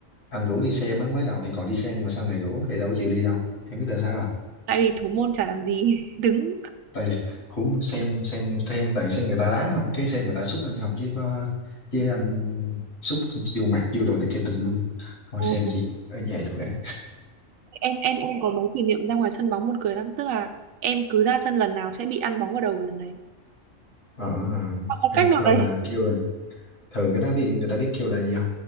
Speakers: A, on the left (about 65°); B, on the right (about 80°).
A: anh rủ đi xem á mới đầu thì còn đi xem nhưng mà sau này rủ thì đâu có chịu đi đâu em biết tại sao à
B: Tại vì thủ môn chả làm gì <laughs> đứng.
A: tại vì cũng xem xem xem toàn xem người ta đá không cái xem người ta xúc anh không chứ có chứ anh xúc vô mặt vô đồ này kia tùm lum thôi
B: Ồ,
A: xem chị ở nhà cho khỏe
B: Em em em có mấy kỷ niệm ra ngoài sân bóng buồn cười lắm, tức là em cứ ra sân lần nào sẽ bị ăn bóng vào đầu lần đấy.
A: ờ
B: Hoặc Một
A: ấy,
B: cách nào
A: gọi
B: đấy.
A: là kêu là thường cái đá biên người ta biết kêu là gì không